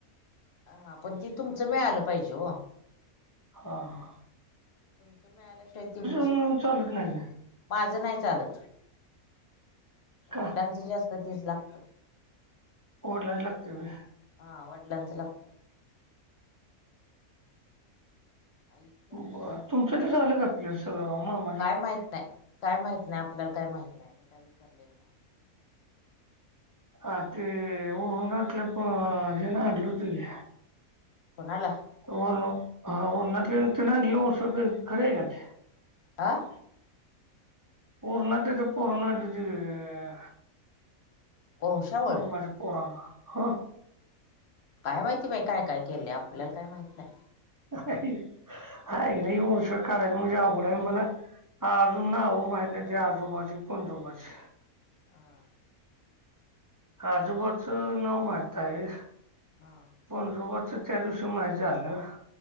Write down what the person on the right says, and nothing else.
होओ.
म्हणून
चालत व्हय.
का
ओलाय लागतंय व्हय?
बर,
तुमचं त झालं का क्लिअर सगळं? मम
आ ते, ओरूनटलं प हे लागलंवतं की.
ओनो, हा ओनाटले ते ना लाव उसासे खरेय का ते?
ओरणाते ते पोराने आणलेते तेए?
म माझ्या पोरानं, हो?
आह्हीही हाए, लई वशावळ काढाय म्हंजे लई अवघडाय मला. हा आजून हो माहित नाही ते आजोबाची, पणजोबाची.
आजोबाचं नाव माहित हाय.
पणजोबाचं त्या दिवशी माहित झालं.